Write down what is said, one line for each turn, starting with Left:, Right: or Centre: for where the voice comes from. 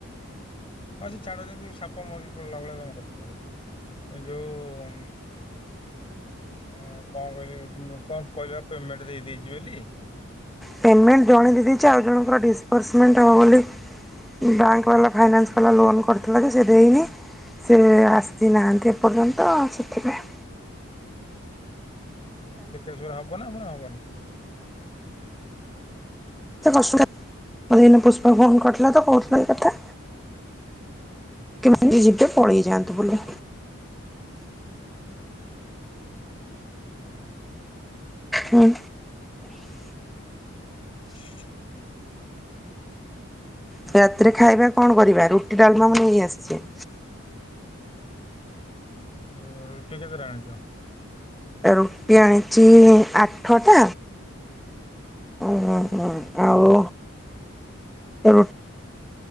Left: ହଁ ସେ ଛାଡ଼ ଯେମିତି ସାପ ମରିକି ପଡ଼ିଲା ଭଳିଆ ତମେ କଥା ବାର୍ତ୍ତା କରୁଚ। ଯୋଉ ଉଁ ହଁ କଣ କହିଲେ କଣ କହିଲେ ପା ପେମେଣ୍ଟ ଦେଇଛି ବେଲି।
Centre: ପେମେଣ୍ଟ ଜଣେ ଦେଇ, ଆଉ ଜଣଙ୍କର ଡିସବର୍ସମେଣ୍ଟ୍ ହେବ ବୋଲି ବ୍ୟାଙ୍କ ବାଲା, ଫାଇନାନ୍ସ ବାଲା ଲୋନ୍ କରିଥିଲା ଯେ ସେ ଦେଇନି। ସେ ଆସିନାହାନ୍ତି ଏପର୍ଯ୍ୟନ୍ତ ସେଥିପାଇଁ।
Left: ସେ <inaudible> ହବ ନା ପୁଣି ହବନି?
Centre: <inaudible> ମୋତେ ଏଇନା ପୁଷ୍ପା ଫୋନ କରିଥିଲା ତ କହୁଥିଲା ଏଇ କଥା। କେମିତି ଯିବେ, ପଳେଇ ଯାଆନ୍ତୁ ବୋଲି।
Left: ହୁଁ ହୁଁ।
Centre: ହୁଁ।
Left: <unintelligible>
Centre: ରାତିରେ ଖାଇବା କଣ କରିବା? ରୁଟି ଡାଲମା ମୁ ନେଇ ଆସିଛି।
Left: ଅ ରୁଟି କେତେଟା ଆଣିଛ?
Centre: ରୁଟି ଆଣିଛି ଆଠଟା, ଓ ଆଉ
Left: ହୁଁ
Centre: ରୁଟି